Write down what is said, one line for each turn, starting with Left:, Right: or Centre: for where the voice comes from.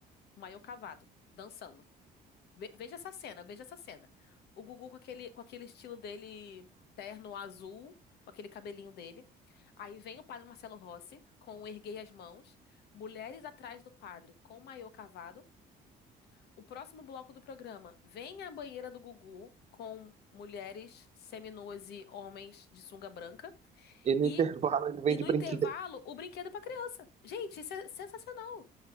Left: maiô cavado, dançando. Ve- veja essa cena, veja essa cena. O Gugu com aquele, com aquele estilo dele terno azul, com aquele cabelinho dele. Aí vem o padre Marcelo Rossi com o Erguei as Mãos, mulheres atrás do padre com o maiô cavado. O próximo bloco do programa vem a banheira do Gugu com mulheres seminuas e homens de sunga branca.
Right: E no
Left: E,
Right: intervalo ele vende
Left: e no
Right: brinquedo.
Left: intervalo, o brinquedo para criança. Gente, isso é sensacional.